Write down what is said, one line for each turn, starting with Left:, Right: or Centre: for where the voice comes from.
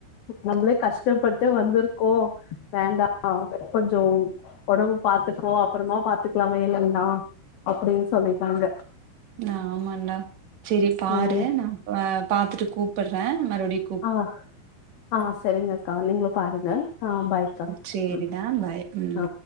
Left: நம்ளே கஷ்டப்பட்டு வந்திருக்கோ வேண்டா கொஞ் சோ ஒடம்பு பாத்துக்கோ அப்புறமா பாத்துக்லாமே இல்லனா அப்டின் சொல்லிட்டாங்க
Right: ஆமாண்டா செரி பாரு
Left: ம்
Right: நா அ பாத்துட்டு கூப்புட்றே மறுவடி
Left: ஆ ஆ செரிங்கக்கா நீங்ளு பாருங்க ஆ பாய்க்கா
Right: செரிடா
Left: ம்
Right: பாய் ம்
Left: ஆ